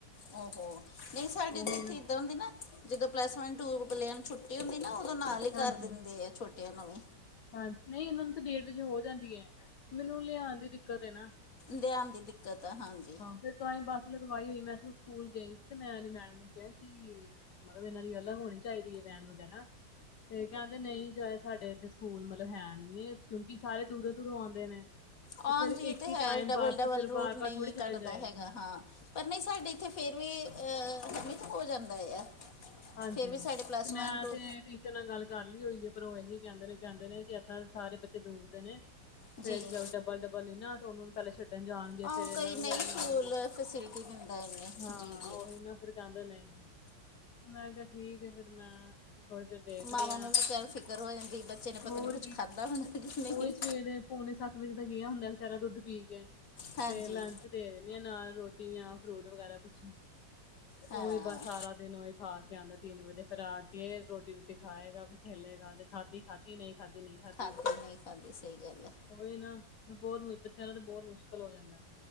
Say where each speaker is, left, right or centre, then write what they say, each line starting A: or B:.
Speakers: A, on the left; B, on the left.
A: ਉਹੋ ਨਹੀਂ ਸਾਡੇ
B: ਉਹੀ
A: ਇਥੇ
B: ਨਾ
A: ਇੱਦਰ ਹੁੰਦੀ ਨਾ ਜਦੋਂ ਪਲੱਸ ਟੂ ਪਲੇ ਛੁੱਟੀ ਹੁੰਦੀ ਨਾ ਨਾਲ ਹੀ
B: ਹਾਂਜੀ
A: ਕਰ ਦਿੰਦੇ ਆ ਛੋਟਿਆਂ ਨੂੰ ਵੀ
B: ਹਾਂਜੀ ਨਹੀਂ ਇਹਨਾਂ ਨੂੰ ਤਾਂ ਡੇਢ ਵਜੇ ਹੋ ਜਾਂਦੀ ਹੈ ਮੈਨੂੰ ਲਿਆਉਣ ਦੀ ਦਿੱਕਤ ਨਾ
A: ਦੇਆਉਣ ਦੀ ਦਿੱਕਤ ਆ ਹਾਂਜੀ
B: ਫੇਿਰ ਤਾਂਈ ਬੱਸ ਲਗਵਾਈ ਹੋਈ ਮੈਂ ਸਕੂਲ ਗਈ ਸੀ ਤੇ ਮੈਂਦੀ ਮੈਡਮ ਨੂੰ ਕਿਹਾ ਕਿ ਮਤਲਬ ਇਹਨਾਂ ਦੀ ਅਲੱਗ ਹੋਣੀ ਚਾਹੀਦੀ ਹੈ ਵੈਨ ਵਗੈਰਾ ਤੇ ਕ ਨਹੀਂ ਜਾਏ ਸਾਡੇ ਇੱਥੇ ਸਕੂਲ ਮਤਲਬ ਹੈ ਨੀ ਕਿਉਂਕਿ ਸਾਰੇ ਦੂਰੋਂ ਦੂਰੋਂ ਆਉਂਦੇ ਨੇ
A: ਹਾਂਜੀੀ
B: ਤੇ ਫਿਰ
A: ਇਹ
B: ਇੱਕ
A: ਤਾਂ
B: ਹੀ ਟਾਈਮ
A: ਹੈ ਡਬਲ
B: ਬੱਸ
A: ਡਬਲ
B: ਤੇ ਫਿਰ
A: ਰੂਟ
B: ਬਾਰ
A: ਨਹੀਂ
B: ਬਾਰ ਥੋੜ੍ਹੀ
A: ਕੱਟਦਾ
B: ਛੱਡਣ ਜਾਏਗੀ
A: ਹੈਗਾ ਹਾਂ ਪਰ ਨਹੀਂ ਸਾਡੇ ਇੱਥੇ ਫੇਰ ਵੀ ਅਮਿਤ ਹੋ ਜਾਂਦਾ ਆ
B: ਹਾਂਜੀ
A: ਫਿਰ ਵੀ ਸਾਡੇ ਪਲੱਸ
B: ਤੇ ਮੈਂ
A: ਵਨ ਟੂ
B: ਤੇ ਟੀਚਰ ਨਾਲ ਗੱਲ ਕਰ ਲਈ ਹੋਈ ਹੈ ਪਰ ਉਹ ਇਹੀ ਕਹਿੰਦੇ ਨੇ ਕਹਿੰਦੇ ਨੇ ਕਿ ਇਥਾਂ ਸਾਰੇ ਬੱਚੇ ਦੂਰ ਦੇ ਨੇ
A: ਜੀ
B: ਫੇਰ ਡਬਲ ਡਬਲ ਨ ਨਾ ਉਹਨੂੰ ਪੈਲੇ ਛੱਡਣ ਜਾਣਗੇ
A: ਆਹ
B: ਫੇਰ ਇਹਨਾਂ
A: ਕਈ
B: ਨੂੰ
A: ਨਈ
B: ਲੈਣ
A: ਸਕੂਲ
B: ਆਣਗੇ
A: ਫੈਸਿਲਿਟੀ ਦਿੰਦਾ ਇਹਨੇ
B: ਹਾਂ
A: ਜੀ
B: ਹਾਂ
A: ਜੀ
B: ਉਹੀ ਨਾ ਫਿਰ ਚਾਹਦੇ ਨੇ ਮੈਂ ਕਿਹਾ ਠੀਕ ਆ ਫੇਰ ਮੈਂ ਥੋੜੀ ਦੇਰ ਦੇਖਦੇ
A: ਮਾਵਾਂ
B: ਹਾਂ
A: ਨੂੰ ਵੀ ਚੱਲ ਫਿਕਰ ਹੋ ਜਾਂਦੀ ਬੱਚੇ ਨੇ ਪਤਾ
B: ਹੋਰ
A: ਨਹੀਂ ਕੁਝ ਖਾਦਾ ਹੋਣਾ ਕਿ ਨਹੀਂ
B: ਉਹੀ ਸ ਵੇਰ ਪੌਣੇ ਸੱਤ ਵਜੇ ਦਾ ਗਿਆ ਹੁੰਦਾ ਵਿਚਾਰਾ ਦੁੱਧ ਪੀ ਕੇ
A: ਹਾਂਜੀ
B: ਤੇ ਲੰਚ ਦੇ ਦੇਣੇ ਆ ਨਾਲ ਰੋਟੀਆਂ ਫਰੂਟ ਵਗੈਰਾ ਕੁਛ ਤੇ
A: ਹਾਂ
B: ਉਹੀ ਬਸ ਸਾਰਾ ਦਿਨ ਹੀ ਖਾ ਕੇ ਆਉਂਦਾ ਤਿੰਨ ਵਜੇ ਫੇਰ ਆ ਕੇ ਰੋਟੀ ਰੋਟੀ ਖਾਏਗਾ ਫਰ ਖੇਲੇਗਾ ਤੇ ਖਾਧੀ ਖਾਧੀ ਨਹੀਂ ਖਾਧੀ ਨਹੀਂ ਖਾਧੀ
A: ਖਾਂਦੀ ਨਹੀਂ ਖਾਂਦੀ ਸਹੀ ਗੱਲ ਹੈ
B: ਉਹੀ ਨਾ ਬੋਤ ਬੱਚਿਆਂ ਨਾਲ ਤੇ ਬੋਤ ਮੁਸ਼ਕਿਲ ਹੋ ਜਾਂਦਾ